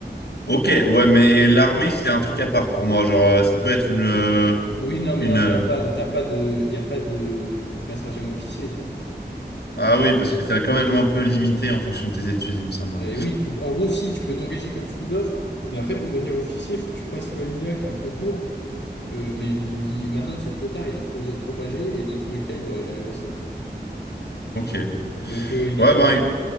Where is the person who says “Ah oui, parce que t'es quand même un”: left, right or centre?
Left